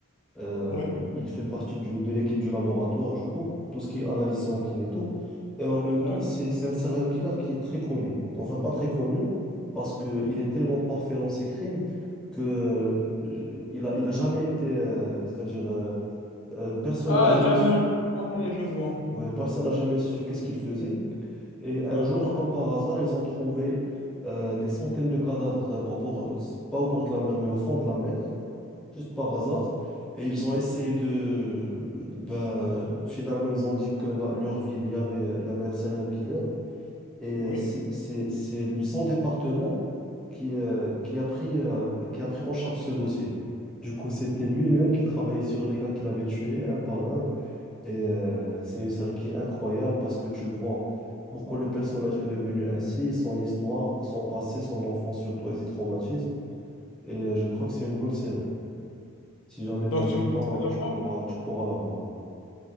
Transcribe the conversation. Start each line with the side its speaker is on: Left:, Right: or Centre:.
Centre: Euh,
Left: ouais,
Centre: il il fait partie du- de l'équipe du laboratoire, du coup, tout ce qui est analyse sanguine et tout. Et en même
Left: ouais.
Centre: temps, c'est c'est un serial killer qui est très connu. Enfin, pas très connu, parce qu'il est tellement parfait dans ses crimes que euh, je- il a, il a jamais été, euh, c'est-à-dire, euh, euh, personne
Left: Ah,
Centre: n'a jamais
Left: jamais.
Centre: su,
Left: Ouais,
Centre: euh,
Left: je vois.
Centre: ouais, personne n'a jamais su qu'est-ce qu'il faisait. Et un
Left: D'accord,
Centre: jour, comme par hasard, ils ont trouvé euh, des centaines de cadavres euh, au bord, euh, c'est pas au bord de la mer, mais au fond de la mer, juste par hasard. Et ils ont essayé de... euh, bah, finalement, ils ont dit que la- leur ville, il y avait, euh, il y avait un serial killer. Et euh,
Left: oui.
Centre: c'est c'est- c'est le- son département qui, euh, qui a pris, euh, qui a pris en charge ce dossier. Du coup, c'était lui-même qui travaillait sur des cas qu'il avait tués, un par un. Et euh, c'est une série qui est incroyable parce que tu vois pourquoi le personnage est devenu ainsi, son histoire, son passé, son enfance surtout et ses traumatismes. Et euh, je crois que c'est une bonne série. Si jamais
Left: Donc,
Centre: tu as du
Left: tu me conseilles
Centre: temps,
Left: de
Centre: tu
Left: la voir?
Centre: pourras, tu pourras la voir.